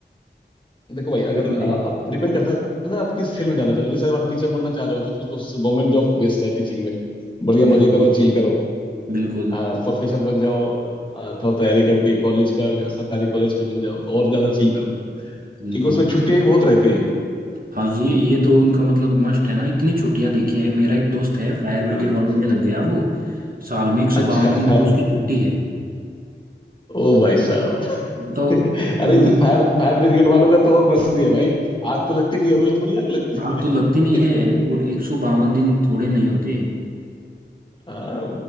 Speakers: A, on the left; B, on the right.
A: देखो भाई अगर
B: बिल्कुल
A: आ,
B: नहीं।
A: आप डिपेंड करता है ना आप किस फील्ड में जाना चाह रहे हो जैसे अगर आप टीचर बनना चाह रहे हो तो फिर तो गवर्नमेंट जॉब बेस्ट है टीचिंग में बढ़िया
B: बिल्कुल
A: मजे करो चिल करो
B: बिल्कुल
A: हाँ प्रोफेसर बन जाओ आ, थोड़ा तैयारी करके कॉलेज का सरकारी कॉलेज का बन जाओ तो और ज्यादा चिल करो
B: बिल्कुल
A: क्योंकि उसमें छुट्टियां भी बहुत रहती हैं
B: हाँ ये ये तो उनका मतलब मस्ट है ना इतनी छुट्टियां देखी हैं मेरा एक दोस्त है फायर ब्रिगेड
A: हाँ
B: वालों में लग गया वो साल में एक सौ
A: अच्छा
B: बावन दिन की उसकी
A: <laughs>
B: छुट्टी है
A: ओ भाई साहब
B: तो
A: <laughs> अरे
B: पूरी
A: तो फायर फायर ब्रिगेड वालों का तो और मस्ती है भाई आग तो लगती नहीं है रोज थोड़ी आग लगती
B: आग
A: है
B: तो लगती नहीं है और एक
A: <laughs>
B: सौ बावन दिन थोड़े नहीं होते
A: हाँ